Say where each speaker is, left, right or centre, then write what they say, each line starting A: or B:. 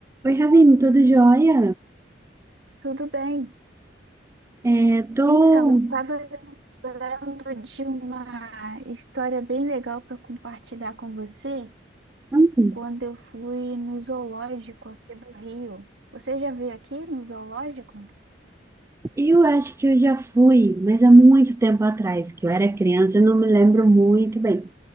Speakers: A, on the right (about 15°); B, on the right (about 80°).
A: Oi, Ravine, tudo jóia?
B: Tudo bem.
A: É, tô...
B: Então, eu estava lembrando de uma história bem legal para compartilhar com você
A: hum,
B: quando eu fui no zoológico aqui do Rio. Você já veio aqui no zoológico?
A: Eu acho que eu já fui, mas há muito tempo atrás, que eu era criança, eu não me lembro muito bem.